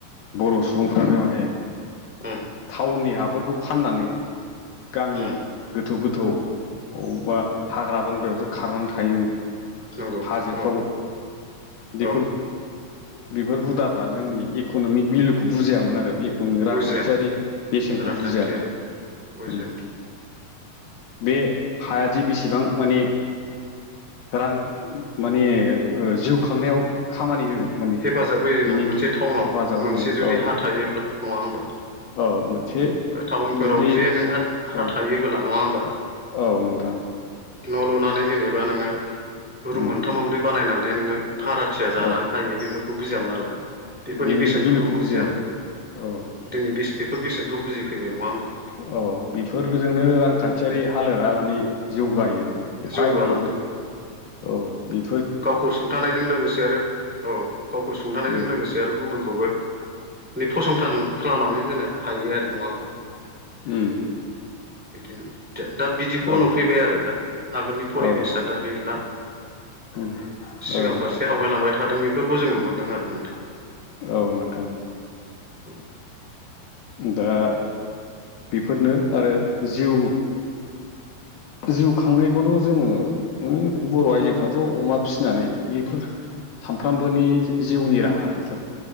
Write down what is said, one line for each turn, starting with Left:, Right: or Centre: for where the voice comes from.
Left: बर' सुबुंफ्रानो माने
Centre: ओम।
Left: थाउननि हाफोरखौ फाननानै गामि
Centre: उम
Left: गोथौ गोथौआव अबावबा हाग्रा बंग्रायावसो खारनानै थायोमोन।
Centre: नंगौ
Left: हाजोफ्राव
Centre: औ
Left: बेफोर
Centre: औ
Left: बेफोर हुदाफ्रा जोंनि इक'नमिक भेलुखौ बुजियामोन आरो इक'नमिक
Centre: बुजियामोन
Left: रांखान्थियारि बेसेनखौ
Centre: रांखान्थियारि
Left: बुजियामोन।
Centre: बुजिम
Left: उम बे हायादि बेसेबां माने रां माने जिउ खांनायाव खामानि होगोन माने
Centre: हेफाजाब होयोमोन
Left: बिनि
Centre: मोनसे टाउनाव
Left: हेफाजाब होगोन
Centre: मोनसे जुदि
Left: औ
Centre: हा थायोब्ला नङा होमबा?
Left: औ मोनसे
Centre: टाउनफोराव
Left: जुदि
Centre: जे नोंहा हा
Left: औ
Centre: थायोबोला नङा होमबा?
Left: औ नोंथां।
Centre: न' लुनानै जेनेबा नोङो रुम
Left: उम
Centre: मोनथाम मोनब्रै बानायनानै नोङो भारा थिया जानानै
Left: औ
Centre: हायो बेफोरखौ बुजियामोन आरो ना बेफोरनि
Left: बेनि
Centre: बेसेनफोरखौ
Left: भेलुखौ
Centre: बुजियामोन।
Left: औ
Centre: दिनै बे-बेफोर बेसेनखौ बुजिफैबाय नङा होमबा?
Left: औ बेफोरजोंनो रांखान्थियारि हालोदा माने जौगायोमोन। एफा
Centre: जौगालाङो।
Left: एनैबाबो औ बि
Centre: गावखौ सुंथानायजों लोगोसे आरो औ गावखौ सुंथानायजों
Left: उम
Centre: लोगोसे आरो गुबुनखौबो फसंथान खालामनानै होनो हायो आरो नङा होमबा?
Left: उम
Centre: बिदिनो दा बिदिखौ
Left: औ
Centre: नुफैबाय आरो दा आगोलनि परिबेस
Left: औ
Centre: दा गैला
Left: उम औ
Centre: सिगां फारसे आवगायलांबाय थादों बेफोरखौ जों नुहुरदों आरो नोंथां।
Left: औ नोंथां।
Centre: <inaudible>
Left: दा बेफोरनो आरो जिउ जिउ खांनायखौथ' जोङो माने बर' आइजोफ्राथ' अमा फिसिनानै बेफोर सानफ्रामबोनि जिउनि राहा बेफोर।